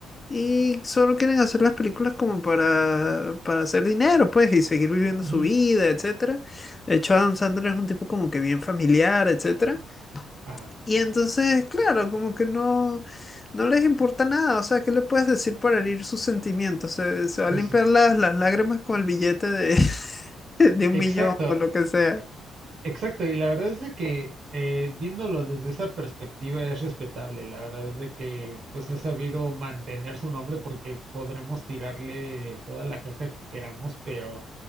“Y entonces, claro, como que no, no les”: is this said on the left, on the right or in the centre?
Left